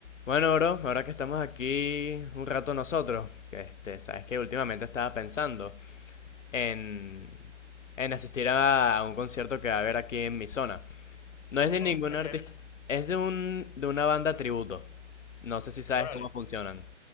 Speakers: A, on the left (about 85°); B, on the left (about 30°).
A: Bueno, bro, ahora que estamos aquí un rato nosotros, este, sabes que últimamente estaba pensando en, en asistir a, a un concierto que va a haber aquí en mi zona. No
B: ¿A
A: es
B: poco?
A: de ningún
B: ¿De
A: artista,
B: qué?
A: es de un, de una banda tributo. No sé si sabes
B: Órale.
A: cómo funcionan.